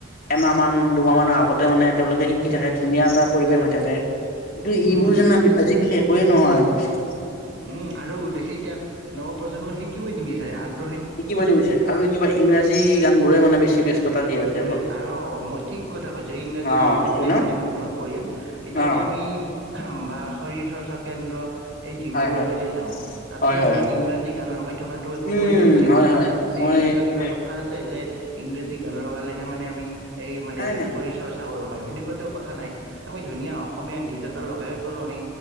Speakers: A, on the left (about 50°); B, on the right (about 90°).
A: এমাহ মান দুমাহ মানৰ আগতে মানে তেওঁলোকে শিকি থাকে ধুনীয়া এটা পৰিৱেশ হৈ থাকে কিন্তু এইবোৰ
B: উম, উম,
A: জান আজিিকালি ক নহয় আৰু পছি
B: উম আৰু বেছি এতিয়া নৱপ্ৰজন্মই শিকিবই নিবিচাৰে আগ
A: স কি বনিবচয় আৰু কিবা ইংৰাজী গান বোৰে মানে বেছি <inaudible> তেওঁলোকে
B: ইংৰাজী আৰু মই ঠিক কথা কৈছো ইংৰাজী
A: অ
B: গান
A: সেইটোৱে
B: গওঁতে
A: ন
B: মানে মোৰ মনত পৰিল এতিয়া
A: অ
B: যে আমি বা শৰীৰ চৰ্চা কেন্দ্ৰ এই জিমবোৰলৈ
A: হয় হয়
B: যে যাওঁ তাতে
A: হয়
B: ইমান
A: হয় হয়
B: ইংৰাজী গান লগাই থকাাতটো একো
A: উম
B: প্ৰয়োজন নাই
A: হয় হয়
B: নে
A: মই
B: এনেকুৱা
A: তাকে
B: কিবা কথা আছে যে ইং্ৰেজী গান লগালেহে মানে আমি এই মানে
A: নাই নাই
B: শৰীৰ চৰ্চা কৰিব পাৰিম সেনেকুৱাতো কথা নাই আমি ধুনীয়া অসমীয়া গীত এটা লগাইতো আমি